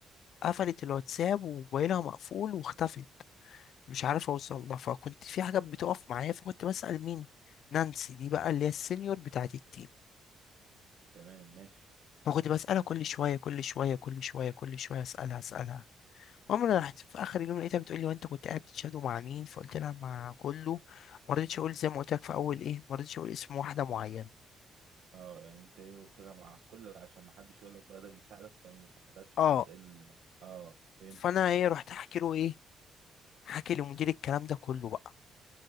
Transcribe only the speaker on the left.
قفلت الواتساب وموبايلها مقفول واختفت مش عارف اوصل لها فكنت في حاجات بتقف معايا فكنت بسأل مين نانسي دي بقى اللي هي السينيور بتاعت التيم
فكنت بسألها كل شوية كل شوية كل شوية كل شوية أسألها أسألها المهم أنا رحت في آخر اليوم لقيتها بتقول لي وأنت كنت قاعد بتشادو مع مين فقلت لها مع كله ما رضيتش أقول زي ما قلت لك في أول إيه ما رضيتش أقول اسم واحدة معينة
أه
فأنا إيه رحت أحكي له إيه حكي لمدير الكلام ده كله بقى